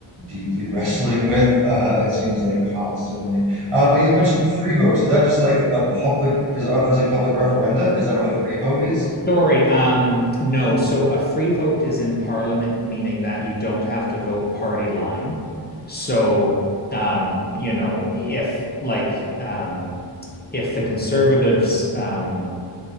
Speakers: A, on the right (about 85°); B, on the left (about 20°).
A: deeply <laughs> wrestling with. Uh, it seems like constantly. Uh, but you mentioned free votes. Is that just like a public? Is are those like public referenda? Is that what a free vote is?
B: Sorry, um, no. So a free vote is in parliament, meaning that you don't have to vote party line. So, um, you know, if like um, if the conservatives um,